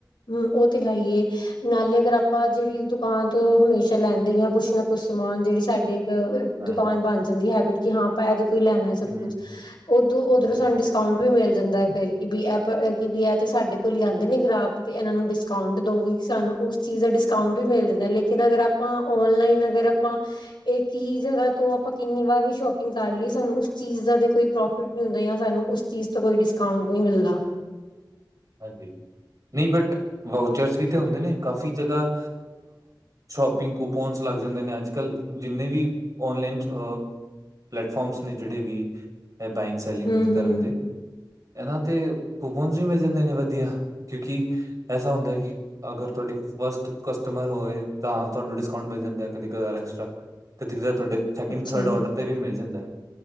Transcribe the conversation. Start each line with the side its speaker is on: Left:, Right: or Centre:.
Left: ਹੂ ਉਹ ਤੇ ਹੈ। ਹੀ ਨਾਲੇ ਅਗਰ ਆਪਾਂ ਜਿਹੜੀ ਦੁਕਾਨ ਤੋਂ ਹਮੇਸ਼ਾ ਲੈਂਦੇ ਹੀ ਆ ਕੁਛ ਨਾ ਕੁਛ ਸਮਾਨ ਜਿਹੜੀ ਸਾਡੇ ਇਕ
Right: ਹਾਂਜੀ।
Left: ਦੁਕਾਨ ਬਣ ਜਾਦੀ ਹੈਬਿਟ ਕਿ ਹਾਂ ਆਪਾਂ ਇਹ ਤੋਂ ਕੋਈ ਲੈਣਾ ਸਭ
Right: ਹੂੰ,
Left: ਕੁਛ ਉਦੋ ਉਧਰੋਂ
Right: ਹੂੰ,
Left: ਸਾਨੂੰ ਡਿਸਕਾਊਂਟ। ਵੀ ਮਿਲ ਜਾਦਾ ਫੇਰ ਕਿ ਵੀ ਇਹ ਕਿ ਵੀ ਇਹ ਤੇ ਸਾਡੇ ਕੋਲ ਹੀ ਆਉਦੇ ਨੇ ਗਰਾਹਕ ਤੇ ਇਹਨਾ ਨੂੰ ਡਿਸਕਾਊਂਟ ਦੋ ਬਈ। ਸਾਨੂੰ ਉਸ ਚੀਜ਼ ਦਾ ਡਿਸਕਾਊਂਟ ਵੀ ਮਿਲ ਜਾਦਾ ਲੇਕਿਨ ਅਗਰ ਆਪਾ ਓਨਲਾਈਨ ਅਗਰ ਆਪਾ। ਇਕ ਹੀ ਜਗਾ ਤੋ ਆਪਾ ਕਿੰਨੀ ਵਾਰ ਵੀ ਸ਼ੋਪਿਗ ਕਰ ਲਈਏ ਸਾਨੂੰ ਉਸ ਚੀਜ਼ ਦਾ ਤੇ ਕੋਈ ਪ੍ਰੋਫਿਟ ਨਹੀ ਹੁੰਦਾ ਜਾਂ ਸਾਨੂੰ। ਉਸ ਚੀਜ਼ ਤੋਂ ਕੋਈ ਡਿਸਕਾਊਂਟ ਨਹੀ ਮਿਲਦਾ।
Right: ਹਾਂਜੀ। ਨਹੀ ਬਟ ਵਊਚਰਸ ਵੀ ਤੇ ਹੁੰਦੇ ਨੇ ਕਾਫੀ ਜਗਾ ਸ਼ੋਪਿਗ ਕੂਪੰਜ। ਲਗ ਜਾਦੇ ਨੇ ਅਜ ਕਲ ਜਿਨੇ ਵੀ ਓਨਲਾਈਨ ਅ ਪਲੇੈਟਫਾਰਮਸ ਨੇ ਜਿਹੜੇ ਵੀ ਬੈਗ ਸੈਲਿਗ
Left: ਹਮ
Right: ਕਰਨ
Left: ਹਮ
Right: ਦੇ ਇਹਨਾਂ ਤੇ ਕੂਪਨ ਵੀ ਮਿਲ ਜਾਦੇ। ਵਧੀਆ ਕਿਉਕਿ ਐਸਾ ਹੁੰਦਾ ਕਿ ਅਗਰ ਤੁਹਾਡੀ ਫਸਟ ਕਸਟਮਰ ਹੋਵੇ ਤਾਂ। ਤੁਹਾਨੂੰ ਡਿਸਕਾਊਂਟ ਮਿਲ ਜਾਦਾ ਕਦੇ ਕਦਾਰ ਐਕਸਟਰਾ ਕਦੀ ਕਦਾਰ ਤੁਹਾਡੇ ਸੈਕਿੰਡ
Left: ਅੱਛਾ
Right: ਥਰਡ ਆਰਡਰ ਤੇ ਵੀ ਮਿਲ ਜਾਦਾ ਹੈ।